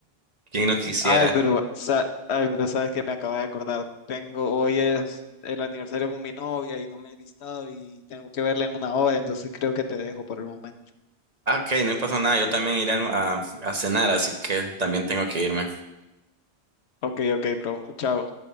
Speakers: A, on the right (about 40°); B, on the left (about 75°).
A: ¿Quién no quisiera?
B: Ay, pero, sa- ay, pero sabes que me acabo de acordar. Tengo, hoy es el aniversario con mi novia y no me he listado y tengo que verla en una hora, entonces creo que te dejo por el momento.
A: Ah, Ok, no pasa nada, yo también iré al- a, a cenar, así que también tengo que irme.
B: Ok, ok, bro. Chao.